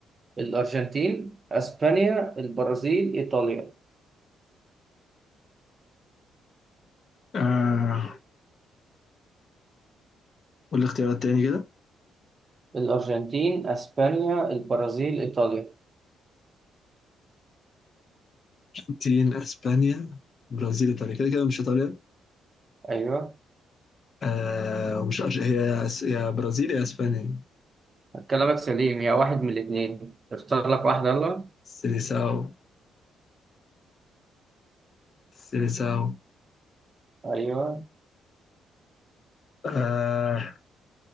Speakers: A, on the right (about 35°); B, on the left (about 50°).
A: الارجنتين اسبانيا البرازيل ايطاليا
B: آه قول لي اختيارات تاني كده
A: الارجنتين اسبانيا البرازيل ايطاليا
B: الارجنتين اسبانيا برازيل ايطاليا كده كده مش ايطاليا
A: ايوه
B: آه ومش أرج... هي يا برازيل يا اسبانيا
A: كلامك سليم هي واحد من الاثنين اختار لك واحده يلا
B: سيليساو سيليساو
A: ايوه
B: آه